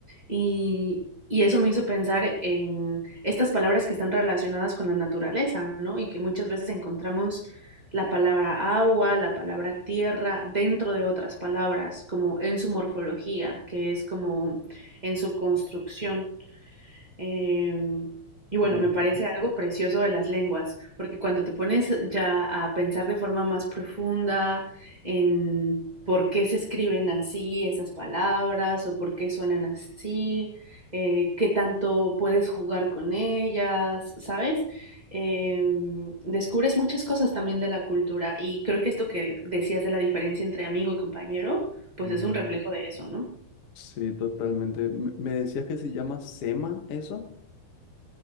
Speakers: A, on the right; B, on the left.
A: Y, y eso me hizo pensar en estas palabras que están relacionadas con la naturaleza, ¿no? Y que muchas veces encontramos la palabra agua, la palabra tierra, dentro de otras palabras, como en su morfología, que es como en su construcción. Em, y bueno,
B: Muy
A: me parece
B: loco.
A: algo precioso de las lenguas, porque cuando te pones ya a pensar de forma más profunda en por qué se escriben así esas palabras o por qué suenan así, eh, qué tanto puedes jugar con ellas, ¿sabes? Em, descubres muchas cosas también de la cultura y creo que esto que decías de la diferencia entre amigo y compañero, pues
B: Ujú.
A: es un reflejo de eso, ¿no?
B: Sí, totalmente. Me me decías que se llama SEMA eso.